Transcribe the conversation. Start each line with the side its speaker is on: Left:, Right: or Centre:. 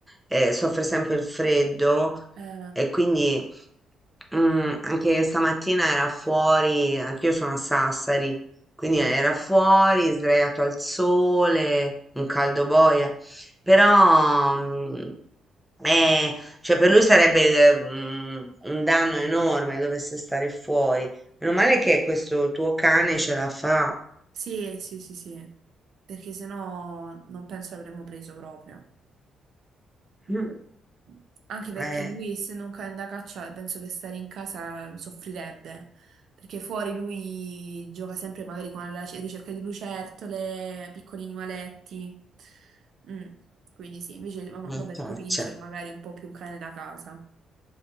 Centre: eh, soffre sempre il freddo
Right: Eh,
Centre: e quindi mm, anche stamattina era fuori, anch'io sono a Sassari, quindi era fuori, sdraiato al sole, un caldo boia, però mm, Eh, cioè per lui sarebbe eh, mm, un danno enorme dovesse stare fuori. Meno male
Right: eh.
Centre: che questo tuo cane ce la fa.
Right: Sì, sì, sì, sì, perché sennò non penso l'avremmo preso proprio. Mm.
Centre: Mm,
Right: Anche perché
Centre: Eh,
Right: lui, essendo un cane da caccia, penso che stare in casa soffrirebbe, perché fuori lui gioca sempre magari con la ricerca di lucertole, piccoli animaletti. Mm, Quindi sì, invece va- vabbè,
Centre: una caccia.
Right: il tuo pincher magari è un po' più un cane da casa.